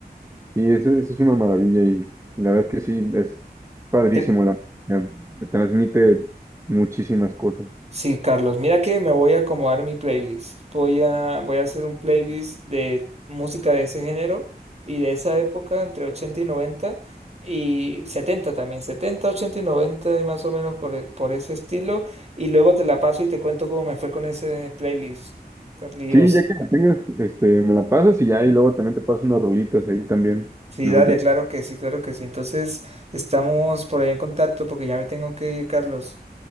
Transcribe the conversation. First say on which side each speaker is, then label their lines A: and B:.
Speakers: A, on the right; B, on the right.
A: y eso, eso es una maravilla y, y la verdad es que sí, es padrísimo,
B: Cre-
A: la, me me transmite muchísimas cosas.
B: Sí, Carlos, mira que me voy a acomodar mi playlist. Voy a, voy a hacer un playlist de música de ese género y de esa época, entre 80 y 90 y 70 también, 70 80 y 90 y más o menos por, e- por ese estilo. Y luego te la paso y te cuento cómo me fue con ese playlist, Carlos.
A: Sí, ya que la tengas, este, me la pasas y ya, y luego también te paso unas rolitas ahí también.
B: Sí,
A: Mejor
B: dale,
A: que...
B: claro que sí, claro que sí. Entonces estamos por ahí en contacto porque ya me tengo que ir, Carlos.